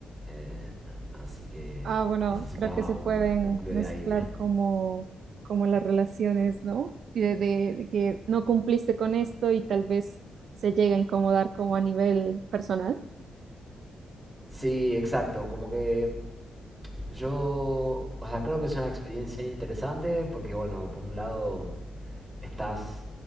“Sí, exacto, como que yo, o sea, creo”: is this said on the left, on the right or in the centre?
Right